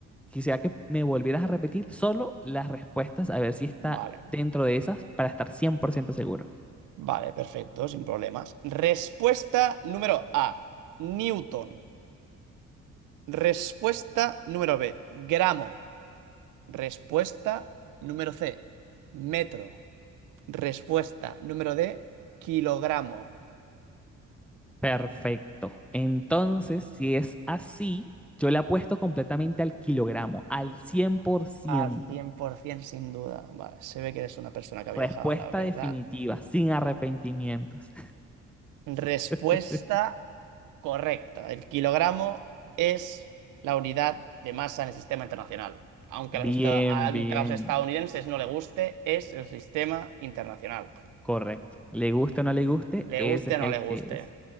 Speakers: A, in the centre; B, on the right (about 85°).
A: quisiera que me volvieras a repetir solo las respuestas, a ver si está
B: Vale.
A: dentro de esas para estar cien por ciento seguro.
B: Vale, perfecto, sin problemas. Respuesta número A, Newton. Respuesta número B, gramo. Respuesta número C, metro. Respuesta número D, kilogramo.
A: Perfecto. Entonces, si es así, yo le apuesto completamente al kilogramo, al cien por ciento.
B: Al 100% sin duda. Vale, se ve que eres una persona que ha viajado,
A: Respuesta
B: la verdad.
A: definitiva, sin arrepentimientos.
B: Respuesta
A: <laughs>
B: correcta. El kilogramo es la unidad de masa en el sistema internacional. Aunque
A: Bien,
B: a los, esta- aunque
A: bien.
B: a los estadounidenses no le guste, es el sistema internacional.
A: Correcto. Le guste o no le guste,
B: Le
A: ese
B: guste
A: es
B: o
A: el
B: no le
A: que
B: guste.
A: es.